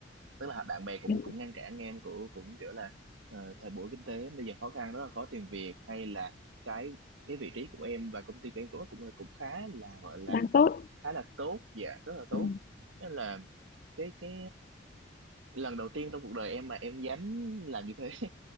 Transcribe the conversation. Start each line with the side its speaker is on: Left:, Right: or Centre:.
Right: tức là bạn bè cũng
Left: nhưng
Right: cũng ngăn cản em cũng cũng kiểu là ờ, thời buổi kinh tế bây giờ khó khăn rất là khó tìm việc hay là cái cái vị trí của em và công ty của em cũng cũng cũng khá là gọi là
Left: đang tốt
Right: khá là tốt dạ rất là tốt
Left: ừ.
Right: nên là cái cái lần đầu tiên trong cuộc đời em mà em dám làm như thế